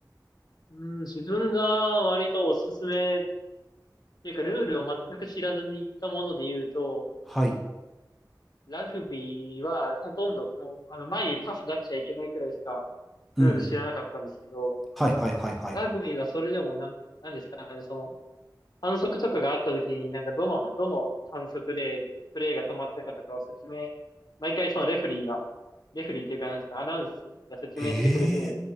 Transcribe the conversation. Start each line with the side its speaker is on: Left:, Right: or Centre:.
Left: うん、自分が割とおすすめっていうか、ルールを全く知らずに行ったもので言うと、
Centre: はい。
Left: ラグビーは、ほとんど、もう、あの、前にパス出しちゃいけないくらいしか、
Centre: うんうんうん。
Left: ルール知らなかったんですけど、
Centre: はいはいはいはい。
Left: ラグビーはそれでもなん、なんですかね、その、反則とかがあった時に、なんかどの、どの反則でプレーが止まったかとかを説明、毎回そのレフェリーが、レフェリーっていうか、なんですか、アナウンスが説明してくれて、
Centre: ええ